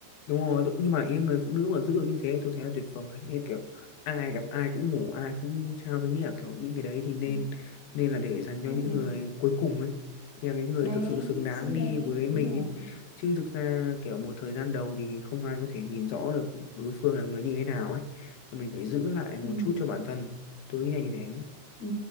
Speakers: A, on the left (about 75°); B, on the left (about 40°).
A: đúng rồi đúng- nhưng mà ý người phụ nữ mà giữ được như thế tôi thấy là tuyệt vời đấy Ý kiểu ai gặp ai cũng ngủ ai cũng trao tôi nghĩ là kiểu những cái đấy thì nên
B: ừ,
A: nên là để dành cho
B: ừ,
A: những
B: ừ.
A: người cuối cùng ấy Ý là cái người
B: đáng
A: thực sự xứng đáng
B: xứng
A: đi
B: đáng
A: với
B: đúng
A: mình
B: rồi
A: ấy chứ thực ra kiểu một thời gian đầu thì không ai có thể nhìn rõ được đối phương là người như thế nào ấy mình phải giữ lại một
B: ừ,
A: chút cho bản thân tôi nghĩ là như thế
B: ừ,